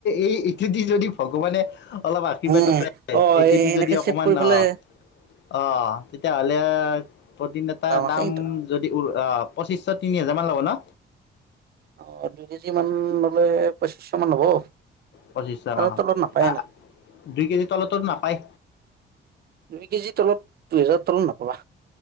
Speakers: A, on the left; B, on the right.
A: এই ইটো দি যদি ভগৱানে অলপ আশীৰ্বাদ
B: উম অ
A: এইটোদি
B: এ এনেকে
A: যদি অকণমান
B: চেভ কৰি পেলাই
A: অ অ তেতিয়াহ'লে প্ৰতিদিন এটা দাম
B: আছে কিন্তু
A: যদি পঁচিছশ তিনি হাজাৰ মান ল'ব ন
B: অ দুই কেজি মান ললে পঁচিশশ মান হব
A: পঁচিছশ
B: ত তলত নাপায়
A: অ
B: এনেকে
A: দুই কেজি তলতো নাপায়
B: দুই কেজি তলত দুহেজাৰ তলত নাপাবা